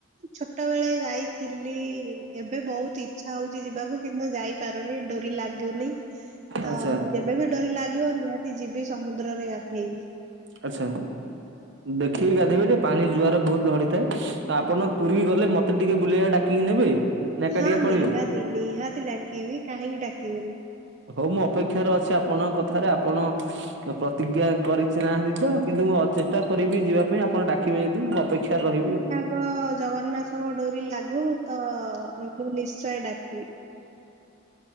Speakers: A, on the right; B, on the right.
A: ଛୋଟବେେଳେ ଯାଇଥିଲି ଏବେ ବହୁତ ଇଚ୍ଛା ହଉଛି ଯିବାକୁ। କିନ୍ତୁ ଯାଇପାରୁନି ଡୋରି ଲାଗୁନି। ତ,
B: ଆଚ୍ଛା
A: ଯେବେବି ଡୋରି ଲାଗିବ ନିହାତି ଯିବି ସମୁଦ୍ରରେ ଗାଧେଇବି।
B: ଆଚ୍ଛା ଦେଖିକି ଗାଧୋଇବେ, ଯେ ପାଣି ଜୁଆର ବହୁତ ଲହଡି ଥାଏ। ତ ଆପଣ ପୁରୀ ଗଲେ ମତେ ଟିକେ ବୁଲେଇବା ଡାକିକି ନେବେ? ନା ଏକାଟିଆ
A: ହଁ ନିହାତି,
B: ପଳେଇବେ?
A: ନିହାତି ଡାକିବି କାହିଁକି ଡାକିବିନି।
B: ହଉ ମୁଁ ଅପେକ୍ଷାରେ ଅଛି ଆପଣଙ୍କ କଥାରେ। ଆପଣ ପ୍ରତିଜ୍ଞା କରି ନାହାନ୍ତି ତ କିନ୍ତୁ ମୁଁ ଅଚେତା କରିବି ଯିବା ପାଇଁ ଆପଣ ଡାକିବେ ଯଦି ମୁଁ ଅପେକ୍ଷାରେ ରହିବି ଆଉ।
A: ତ ଜଗନ୍ନାଥଙ୍କ ଡୋରି ଲାଗୁ ତ ମୁଁ ନିଶ୍ଚୟ ଡାକିବି।